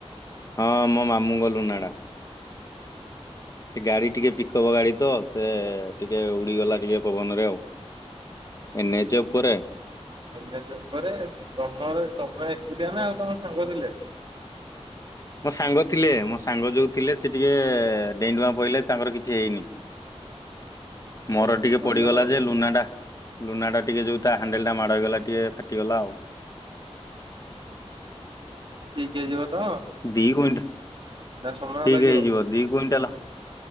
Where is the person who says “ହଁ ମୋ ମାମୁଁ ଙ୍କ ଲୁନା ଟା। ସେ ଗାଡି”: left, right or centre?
Left